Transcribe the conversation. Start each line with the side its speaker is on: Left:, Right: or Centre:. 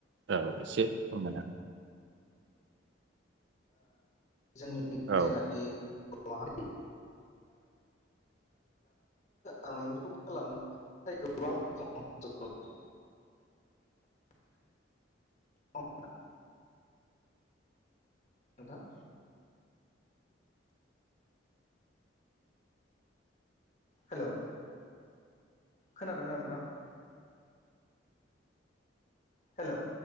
Right: औ एसे फोरमायना
Left: जोंनि
Right: हो। औ
Left: जेनाखि बर' माहारि <inaudible> आं मैहुरखौ खालामो नाथाय गोबां खम जालांबाय। <inaudible> अ <inaudible> नोंथां हेल' खोनादोंना नोंथां? हेल'